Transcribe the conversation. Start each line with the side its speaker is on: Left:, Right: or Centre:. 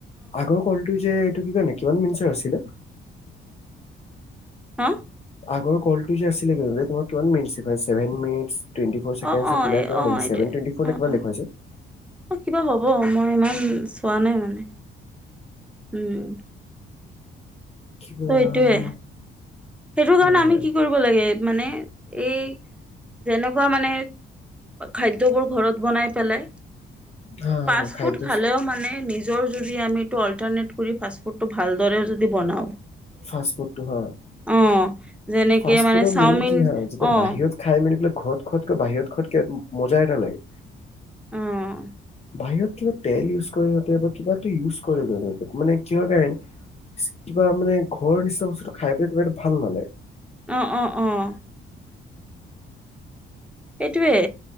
Left: আগৰ কলটো যে এইটো কি ক নে কিমান মিনাৰ আছিলে।
Centre: হা।
Left: আগৰ কল যে আছি তোমাৰ কিমান মিনিট আছে গৈ চেভেন মিনিটত। <unintelligible> ফ'ৰছেডেনেমান
Centre: অ অ এই অ
Left: দেছেভে
Centre: এইটো
Left: টুৱেট ফ'
Centre: অ
Left: ন কিমান
Centre: অ
Left: দেখুৱছে
Centre: অ', কিবা হ'ব মই ইমান চোৱা নাই মানে। উম
Left: <inaudible>
Centre: ত' এইটোয়ে সেইটো কাৰণে
Left: হয়
Centre: আমি
Left: হয়।
Centre: কি কৰিব লাগে মানে এই যেনেকুৱা মানে খাদ্যবোৰ ঘৰত বনাই পেলাই
Left: হা
Centre: ফাষ্ট
Left: হা খাদ্য
Centre: ফুড খালেও মানে নিজ নিজৰ যদি আমি অলটাৰনেট কৰি ফুডটো ভালদৰে যদি বনাওঁ
Left: ফাষ্ট ফুডটো হয়
Centre: অ', যেনেকে
Left: এই ফাষ্ট
Centre: মানে
Left: ফুডৰ
Centre: চাওমিন
Left: মেইন কি হা যেতিয়া
Centre: অ'
Left: বাহিৰত খাই মেলি পেলাই ঘৰত খোৱাতক বাহিৰত খোৱাতক মজাই নালাগে
Centre: অ',
Left: বাহিৰত কিবা তেল ইউজ কৰিতে বা কিবাটো ইউজ কৰি মানে কিহৰ কাৰণ কিবা মানে ঘৰৰ নিচিনা বস্তুটো খাই পেলাই বিৰাট ভাল নালে
Centre: অ', অ', অ', এইটোৱে